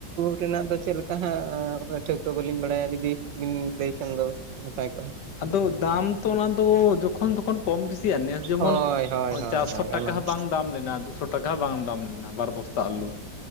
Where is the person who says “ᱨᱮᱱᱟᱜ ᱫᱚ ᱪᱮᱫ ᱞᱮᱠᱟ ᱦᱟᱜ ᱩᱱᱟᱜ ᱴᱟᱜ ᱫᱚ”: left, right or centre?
Right